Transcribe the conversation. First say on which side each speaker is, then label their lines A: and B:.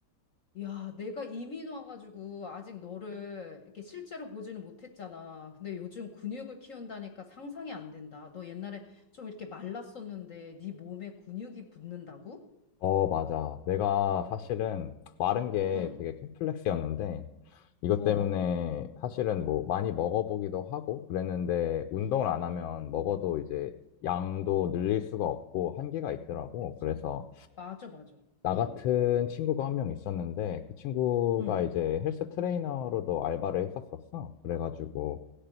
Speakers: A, on the left (about 50°); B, on the left (about 75°).
A: 야, 내가 이민 와가지고 아직 너를 이렇게 실제로 보지는 못했잖아. 근데 요즘 근육을 키운다니까 상상이 안 된다. 너 옛날에 좀 이렇게 말랐었는데 네 몸에 근육이 붙는다고?
B: 어, 맞아. 내가 사실은 마른 게
A: 응,
B: 되게 콤플렉스였는데, 이것
A: 어,
B: 때문에 사실은 뭐 많이 먹어보기도 하고 그랬는데 운동을
A: 응,
B: 안 하면 먹어도 이제 양도 늘릴 수가 없고 한계가 있더라고.
A: 그치.
B: 그래서
A: 맞아, 맞아.
B: 나
A: 응,
B: 같은 친구가 한 명 있었는데 그 친구가
A: 응,
B: 이제 헬스 트레이너로도 알바를 했었었어. 그래가지고